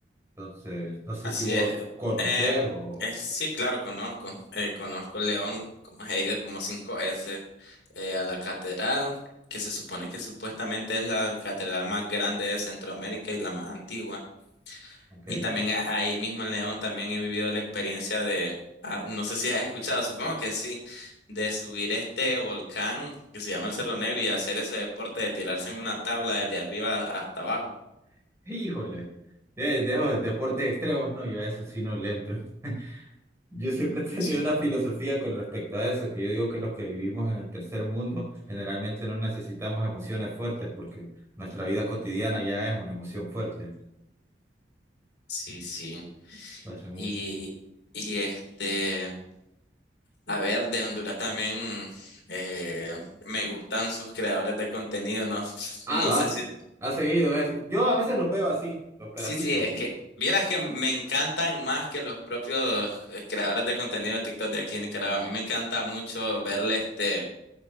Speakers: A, on the right (about 15°); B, on the left (about 70°).
A: Entonces, no sé
B: Así
A: si vos
B: es.
A: conocés
B: Eh,
A: o...
B: es sí, claro, conozco. Eh, conozco León, como he ido como cinco veces eh, a la catedral, que se supone que supuestamente es la catedral más grande de Centroamérica y la más antigua.
A: Ok.
B: Y también a- ahí mismo en León también he vivido la experiencia de, ah, no sé si has escuchado, supongo que sí, de subir este volcán que se llama el Cerro Negro y hacer ese deporte de tirarse en una tabla desde arriba hasta abajo.
A: <laughs> Híjole, Eh, de, dejo deportes extremos, no, yo a eso sí no le entro. <laughs> Yo siempre he tenido
B: Sí.
A: una filosofía con respecto a eso, que yo digo que los que vivimos en el tercer mundo generalmente no necesitamos emociones fuertes porque nuestra vida cotidiana ya es una emoción fuerte.
B: Sí, sí.
A: Lo hace mucho.
B: Y, y este, a ver, de Honduras también eh, me gustan sus creadores de contenido, no,
A: Ah,
B: no
A: lo
B: sé
A: has,
B: si,
A: has seguido eso. Yo a veces los veo así, los pedacitos.
B: sí, sí, es que, vieras que me encantan más que los propios eh, creadores de contenido de TikTok de aquí en Nicaragua. A mí me encanta mucho verle este,